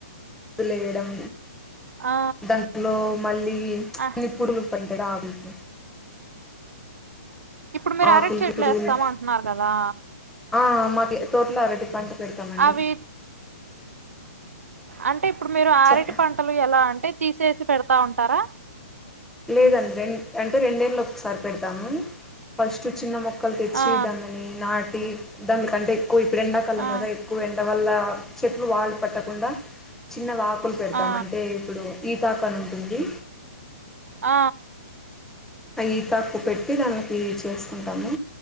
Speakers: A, in the centre; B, on the right (about 75°).
A: లేయడం
B: ఆ
A: దాట్లో మళ్ళీ కొన్ని
B: ఆ
A: పరులు పంటాడు ఆవికి
B: ఇప్పుడు మీరు
A: ఆకులకి
B: అరెట్ చెట్లు
A: పురుగులు
B: వేస్తామ అంటున్నారు కదా
A: ఆ మాకు తోటలో అరటి పంట పెడతామండి
B: అవి అంటే ఇప్పుడు మీరు ఆరిటి
A: చెప్పండి
B: పంటలు ఎలా అంటే తీసే పెడతా ఉంటారా
A: లేదండి రెం అంటే రెండేళ్ళ ఒకసారి పెడతాము ఫస్ట్ చిన్న మొక్క మక్కలు తెచ్చి
B: ఆ
A: దాన్నని నాటి దానికంటే ఎక్కువ ఇప్పుడు ఎండాకాల
B: ఆ
A: కదా ఎక్కువ ఎండ వల్ల చె వాళ్ళ పట్టకుండా చిన్న వాకు లు పెడతాం
B: ఆ
A: అంటే ఇప్పుడు ఈ బాకా ఉంటుంది
B: ఆ
A: అవి తక్కు పెట్టి దాకి చేసుకుంటాము